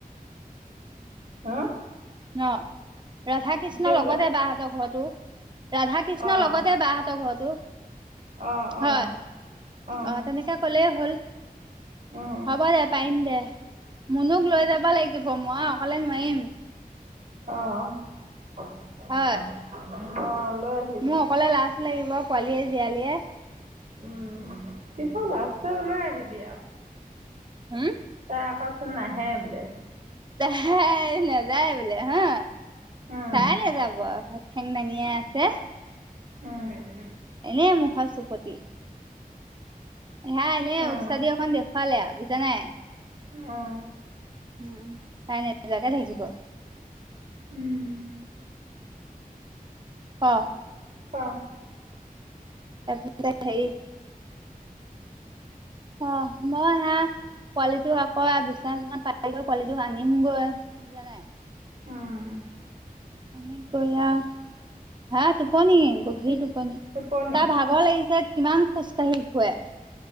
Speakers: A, on the right; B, on the right.
A: হা
B: ন ৰাধা কৃষ্ণ
A: কি
B: লগতে
A: বোলে
B: বাহঁতৰ ঘৰটো ৰাধা কৃষ্ণৰ
A: অঁ
B: লগতে বাহঁতৰ ঘৰটো
A: অঁ অঁ
B: হয়
A: অঁ
B: অ তেনেকে ক'লে হ'ল
A: অঁ
B: হ'ব দে পাৰিম দে মুনুক লৈ যাব লাগিব মই অকলে নোৱাৰিম
A: অ অ
B: হয়
A: অ লৈ আহিবি
B: মোৰ অকলে লাজ লাগিব পোৱালীয়ে জিয়ালীয়ে
A: উম পিছে লাজ লৈ হলেও আহিবি আও
B: হুম
A: তাই আকৌচোন নাহে বোলে
B: তাই নাযায় বোলে হা
A: অঁ
B: তাই নেযাব আৱ ঠেং দাঙিয়ে আছে
A: উম
B: এনেই মুখৰ চুপতি সেয়া এনেই
A: অঁ অঁ
B: উস্তাদি অকন দেখুৱালে আৱ বুজা নাই
A: অ
B: উম, তাই নোজাকে থাকিব।
A: উম, উম।
B: ক!
A: অ'।
B: তাৰপাছতে হেৰি অ', মই হেয়া পোৱালিটো আকৌ আ বিচনা চিচনা পাৰি লৈ পোৱালিটোক আনিমগৈ বুজা নাই।
A: অ'।
B: আনি কৰি আৰু হেয়া টোপনি গভীৰ
A: ইচ,
B: টোপনি।
A: টোপনি
B: তাৰ ভাগ ভাগৰ লাগিছে কিমান খোজকাঢ়ি ফুুৰে।